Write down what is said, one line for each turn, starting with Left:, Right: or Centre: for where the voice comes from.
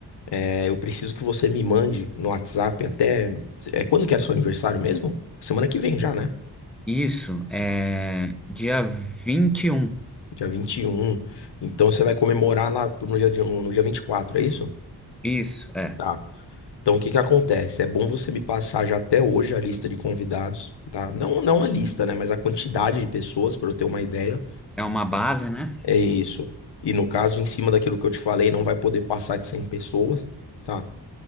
Left: É, eu preciso que você me mande no WhatsApp até. É quando que é seu aniversário mesmo? Semana que vem já, né?
Centre: Isso é dia 21.
Left: Dia 21. Então você vai comemorar lá no dia, de, um, no dia 24, é isso?
Centre: Isso, é.
Left: Tá. Então, o que que acontece? É bom você me passar já até hoje a lista de convidados, tá? Não, não a lista, né? Mas a quantidade de pessoas, para eu ter uma ideia.
Centre: É uma base, né?
Left: É isso. E no caso, em cima daquilo que eu te falei, não vai poder passar de 100 pessoas, tá?